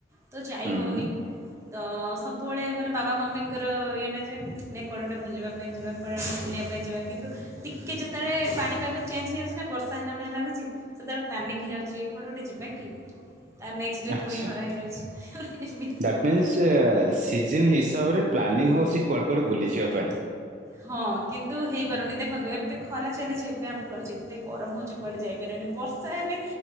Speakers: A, on the right; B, on the right.
A: ତ ଯାଇ
B: ହୁଁ
A: ହେଉନି
B: ହୁଁ।
A: ତ ସବୁବେଳେ ମାନେ ବାବା ମମିଙ୍କର ଇଏଟା ଯେ ନାଇଁ କୁଆଡ଼େ ଗୋଟେ ବୁଲିବା ପାଇଁ ଯିବା, କୁଆଡେ ଗୋଟେ ବୁଲିବା ପାଇଁ ଯିବା। କିନ୍ତୁ ଟିକେ ଯେତେବେଳେ ପାଣିପାଗ ଚେଞ୍ଜ ହେଇଯାଉଛି ନା ବର୍ଷା ହେଲା ଭଳିଆ ଲାଗୁଛି। ସେତେବେଳେ ପ୍ଲାନିଂ ହେଇଯାଉଛି, କୁଆଡେ ଗୋଟେ ଯିବା କି? ତାର ନେକ୍ସଟ ଡେ
B: ଆଚ୍ଛା
A: ପୁଣି ଖରା ହେଇଯାଉଛି ଏମିତି।
B: ଦ୍ୟାଟ୍ ମିନ୍ସ ସିଜନ ହିସାବରେ ପ୍ଲାନିଂ ହଉଛି କୁଆଡ଼େ କୁଆଡେ ବୁଲିଯିବା ପାଇଁ।
A: ହଁ କିନ୍ତୁ ହେଇପାରୁନି। ଦେଖନ୍ତୁ ଏବେ ଖରା ଚାଲିଛି ଏବେ ଆମକୁ ଲାଗୁଛି ଏତେ ଗରମ ହଉଛି କୁଆଡେ ଯାଇ ବର୍ଷା ହେଲେ